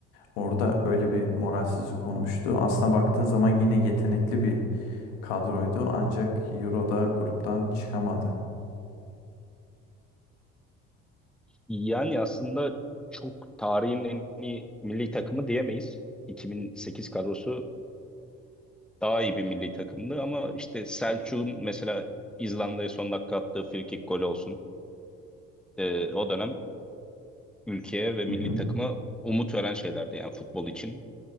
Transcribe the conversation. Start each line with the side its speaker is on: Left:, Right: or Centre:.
Left: Orada öyle bir moralsizlik olmuştu. Aslına baktığın zaman yine yetenekli bir kadroydu. Ancak Euro'da gruptan çıkamadı.
Centre: yani aslında çok tarihin en iyi milli takımı diyemeyiz. 2008 kadrosu daha iyi bir milli takımdı ama işte Selçuk'un mesela İzlanda'ya son dakika attığı frikik golü olsun. Ee, o dönem ülkeye ve milli
Left: Hı hı.
Centre: takıma umut veren şeylerdi yani futbol için